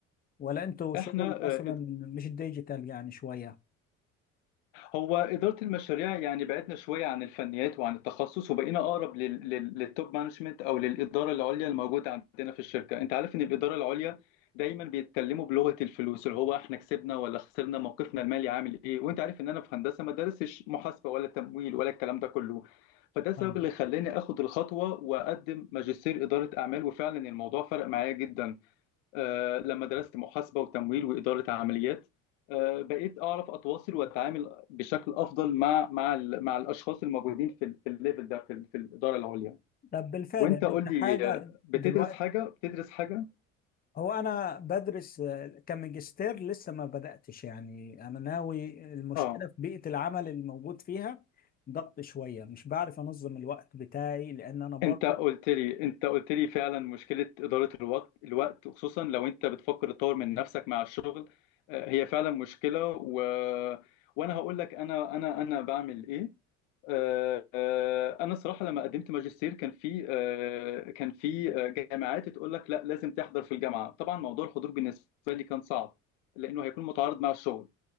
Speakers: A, on the left; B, on the left.
A: ولا انتوا
B: آه،
A: شغل مثلا مش ديجيتال يعني شوية
B: هو إدارة المشاريع يعني بعدنا شوية عن الفنيات وعن التخصص وبقينا أقرب لل... لل... للتوب مانجمنت أو للإدارة العليا الموجودة عندنا في الشركة أنت عارف إن الإدارة العليا دايما بيتكلموا بلغة الفلوس اللي هو إحنا كسبنا ولا خسرنا موقفنا المالي عامل إيه وأنت عارف إن أنا في هندسة ما دارسش محاسبة ولا تمويل ولا الكلام ده كله فده السبب
A: فاهمك
B: اللي خلاني آخد الخطوة وأقدم ماجستير إدارة أعمال وفعلا الموضوع فرق معايا جدا آه، لما درست محاسبة وتمويل وإدارة عمليات آه، بقيت أعرف أتواصل وأتعامل بشكل أفضل مع مع ال- مع الأشخاص الموجودين في ال- في الليفل ده في ال- في الإدارة العليا
A: طب بالفعل
B: وأنت
A: يعني
B: قول
A: انت حاجة
B: لي آه، بتدرس
A: دلوقتي
B: حاجة بتدرس حاجة
A: هو انا بدرس آه، كماجستير لسه ما بدأتش يعني انا ناوي المشكلة
B: أه
A: في بيئة العمل الموجود فيها ضغط شوية مش بعرف انظم الوقت بتاعي لان انا برضو
B: أنت قلت لي أنت قلت لي فعلا مشكلة إدارة الوقت الوقت خصوصا لو أنت بتفكر تطور من نفسك مع الشغل آه، هي فعلا مشكلة و... وأنا هقول لك أنا أنا أنا بعمل إيه آه، آه، انا صراحه لما قدمت ماجستير كان في آه، كان في آه، جامعات تقول لك لا لازم تحضر في الجامعه طبعا موضوع الحضور بالنسبه لي كان صعب لانه هيكون متعارض مع الشغل